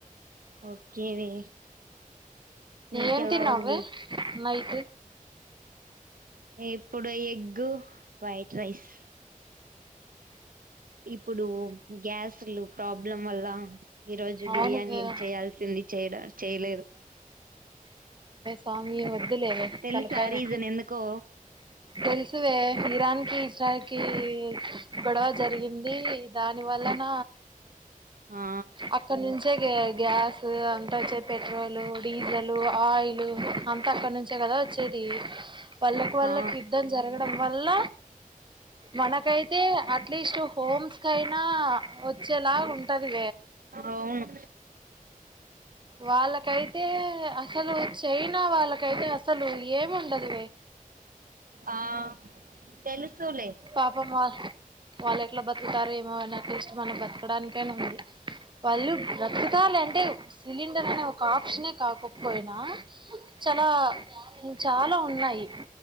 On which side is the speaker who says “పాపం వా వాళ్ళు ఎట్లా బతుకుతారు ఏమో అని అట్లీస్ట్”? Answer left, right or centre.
Right